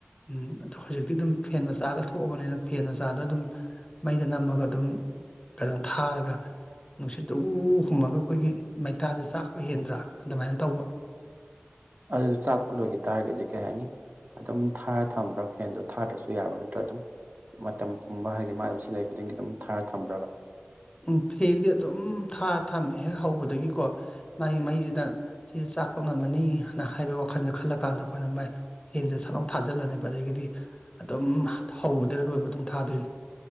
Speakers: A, on the left; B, on the right.
A: ꯎꯝ ꯑꯗꯣ ꯍꯧꯖꯤꯛꯇꯤ ꯑꯗꯨꯝ ꯐꯦꯟ ꯃꯆꯥꯒ ꯊꯣꯛꯑꯕꯅꯤꯅ ꯐꯦꯟ ꯃꯆꯥꯗꯣ ꯑꯗꯨꯝ ꯃꯩꯗ ꯅꯝꯃꯒ ꯑꯗꯨꯝ ꯀꯩꯅꯣ ꯊꯥꯔꯒ ꯅꯨꯡꯁꯤꯠꯇ ꯎ ꯎ ꯍꯨꯝꯃꯒ ꯈꯣꯏꯒꯤ ꯃꯩꯇꯥꯟꯖꯦ ꯆꯥꯛꯄ ꯍꯦꯟꯗ꯭ꯔꯥ ꯑꯗꯃꯥꯏꯅ ꯇꯧꯕ
B: ꯑꯗꯨꯖꯨ ꯆꯥꯛꯄ ꯂꯣꯏꯒꯤ ꯇꯥꯔꯒꯗꯤ ꯀꯩ ꯍꯥꯏꯅꯤ ꯑꯗꯨꯝ ꯊꯥꯔ ꯊꯝꯕ꯭ꯔꯥ ꯐꯦꯟꯗꯣ ꯊꯥꯗ꯭ꯔꯁꯨ ꯌꯥꯕ꯭ꯔ ꯅꯠꯇ꯭ꯔ ꯑꯗꯨꯝ ꯃꯇꯝ ꯄꯨꯝꯕ ꯍꯥꯏꯗꯤ ꯃꯥ ꯗꯨꯝ ꯁꯤꯖꯤꯟꯅꯔꯤ ꯈꯨꯗꯤꯡꯒꯤ ꯑꯗꯨꯝ ꯊꯥꯔ ꯊꯝꯕ꯭ꯔꯕ
A: ꯎꯝ ꯐꯦꯟꯗꯤ ꯑꯗꯨꯝ ꯊꯥꯔ ꯊꯝꯃꯦ ꯍꯦꯛ ꯍꯧꯕꯗꯒꯤꯀꯣ ꯃꯥꯒꯤ ꯃꯩꯖꯤꯅ ꯁꯤꯖꯦ ꯆꯥꯛꯄ ꯉꯝꯃꯅꯤꯅ ꯍꯥꯏꯕ ꯋꯥꯈꯟꯖꯦ ꯈꯜꯂꯀꯥꯟꯗ ꯑꯈꯣꯏꯅ ꯃꯥꯏ ꯐꯦꯟꯖꯦ ꯁꯠ ꯂꯥꯎ ꯊꯥꯖꯤꯜꯂꯅꯦꯕ ꯑꯗꯒꯤꯗꯤ ꯑꯗꯨꯝ ꯍꯧꯕꯗꯩꯅ ꯂꯣꯏꯕ ꯑꯗꯨꯝ ꯊꯥꯗꯣꯏꯅꯤ